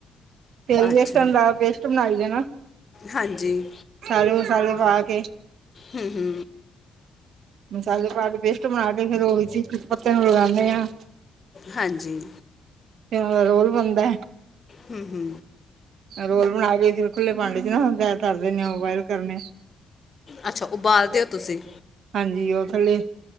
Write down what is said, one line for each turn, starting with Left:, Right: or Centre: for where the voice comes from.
Right: ਫਿਰ
Left: ਅੱਛਾ
Right: ਬੇਸਨ ਦਾ ਪੇਸਟ ਬਣਾਈ ਜਾਣਾ। ਮਸਾਲੇ-ਮਸਾਲੇ
Left: ਹਾਂਜੀ
Right: ਪਾ ਕੇ।
Left: ਹੂੰ-ਹੂੰ।
Right: ਮਸਾਲੇ ਪਾ ਕੇ ਪੇਸਟ ਬਣਾ ਕੇ ਫੇਰ ਉਹਦੇ ਚ ਕੁਛ ਪੱਤਿਆਂ ਨੂੰ ਲਗਾਨੇ ਆ।
Left: ਹਾਂਜੀ।
Right: ਫੇਰ ਉਹਨਾਂ ਦਾ ਰੋਲ ਬਣਦਾ।
Left: ਹੂੰ-ਹੂੰ।
Right: ਰੋਲ ਬਣਾ ਕੇ ਫਿਰ ਖੁੱਲੇ ਭਾਡੇ ਚ ਨਾ ਮੈਂ ਧਰ ਦਿੰਨੀ ਆ ਬੋਆਇਲ ਕਰਨੇ।
Left: ਅੱਛਾ ਉਬਾਲਦੇ ਓ ਤੁਸੀਂ?
Right: ਹਾਂਜੀ ਉਹ ਥੱਲੇ,